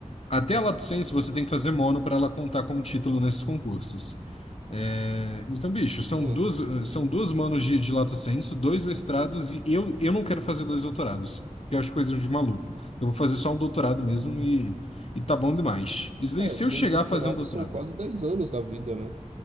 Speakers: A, on the left; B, on the right.
A: até a lato sensu você tem que fazer mono para ela contar como título nesses concursos. É, então, bicho, são
B: Hum.
A: duas, são duas manos de, de Lato Sensu, dois mestrados, e eu, eu não quero fazer dois doutorados, que eu acho coisa de maluco. Eu vou fazer só um doutorado mesmo e, e tá bom demais. Isso daí,
B: É,
A: se
B: dois
A: eu chegar
B: doutorados
A: a fazer um doutorado.
B: são quase 10 anos da vida, né?